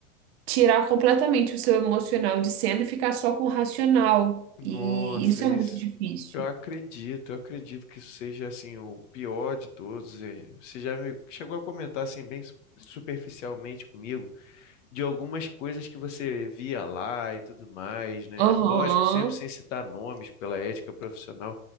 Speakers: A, on the right (about 45°); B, on the left (about 55°).
A: tirar completamente o seu emocional de cena e ficar só com o racional.
B: Nossa,
A: E isso
B: isso.
A: é muito difícil.
B: Eu acredito, eu acredito que isso seja assim o pior de todos. eh, Você já me chegou a comentar assim bem su- superficialmente comigo de algumas coisas que você via lá e tudo mais, né?
A: Aham.
B: Lógico, sempre sem citar nomes pela ética profissional,